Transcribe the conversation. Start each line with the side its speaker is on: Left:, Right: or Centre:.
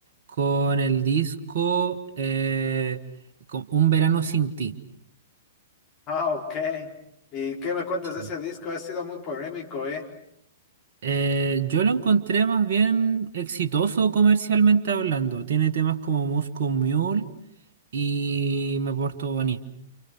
Right: con el disco eh, con Un verano sin ti.
Left: Ah, ok. ¿Y qué me cuentas
Right: Sí.
Left: de ese disco? Ha sido muy polémico, ¿eh?
Right: Eh, yo lo encontré más bien exitoso comercialmente hablando. Tiene temas como Moscow Mule y Me Porto Bonito